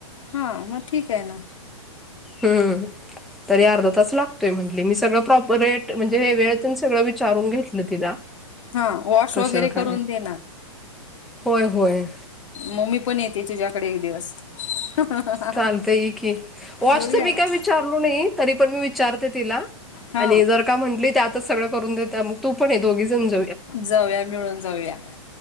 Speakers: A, on the left (about 65°); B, in the centre.
A: हा, मग ठीक आहे ना.
B: ह, तरी अर्धा तास लागतो. तोय म्हंटले मी सगळं प्रॉपर रेट म्हणजे हे वेळे तेन सगळं विचारून घेतलं तिला.
A: हा वॉश
B: कसं
A: वगैरे
B: काय
A: करून देणार.
B: होय होय.
A: म मी पण येते तुझ्याकडे एक दिवस. <unintelligible>
B: चालतंय ये की वॉशच
A: बोलूया
B: मी
A: ना.
B: काय विचारलो नाही तरी पण मी विचारते तिला.
A: हा.
B: आणि जर का म्हटली त्यातच सगळं करून देत्या मग तू पण ये दोगीजन जा
A: जाऊया मिळून जाऊया